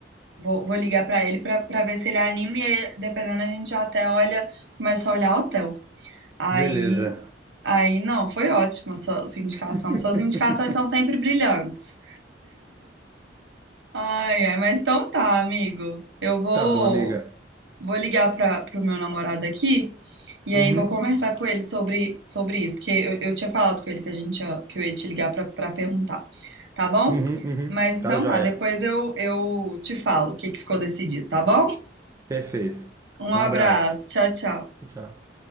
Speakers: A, on the right; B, on the right.
A: vou, vou ligar pra ele pra pra ver se ele anima e aí, dependendo a gente já até olha, começa a olhar hotel. Aí,
B: Beleza.
A: aí não, foi ótimo a sua, sua indicação.
B: <laughs>
A: Suas indicações são sempre brilhantes. Ai, ai, mas então tá, amigo. Eu vou,
B: Tá bom, amiga.
A: vou ligar para o meu namorado aqui e
B: Uhum,
A: aí vou conversar com ele sobre, sobre isso, porque eu, eu tinha falado com ele que a gente ia- que eu ia te ligar para perguntar, tá bom?
B: uhum, uhum.
A: Mas então
B: Tá joia.
A: tá, depois eu, eu te falo o que que ficou decidido, tá bom?
B: Perfeito.
A: Um
B: Um
A: abraço,
B: abraço.
A: tchau, tchau.
B: Tchau, tchau.